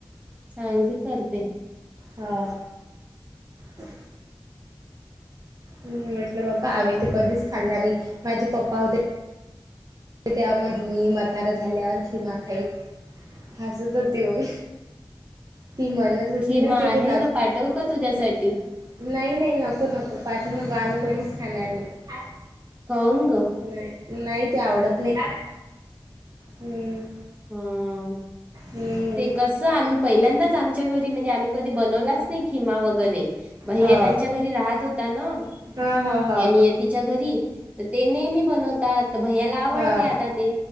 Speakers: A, on the right (about 15°); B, on the right (about 45°).
A: चांगली करते
B: होा ् मी म्हटलं बा्पा आम्ही ते कधीच खाल्ला नाही माझे पप्पा होते त्या म्हण मी मथार झाल्यावर खिमा खाईल हसत होती मग ती म्हणत होती
A: खिमा
B: ना की
A: आहे
B: ते न
A: ना पाठव का तुझ्यासाठी
B: नाही नाही नको नको पाठवू नको आम्ही कोणीच खाणार नाही
A: सग
B: नाही नाही ते आवडत नाही. हम्म
A: हम्म
B: हम्म
A: ते कसं आम्ही पहिल्यांदाच आमच्या घरी म्हणजे आम्ही कधी बनवलाच नाही खिमा वगैरे भैया
B: हो
A: त्यांच्या घरी राहत होता न
B: हा हा
A: या नियतीच्या घरी तर ते नेहमी बनवतात भैयाला आवडते
B: हो
A: आता ते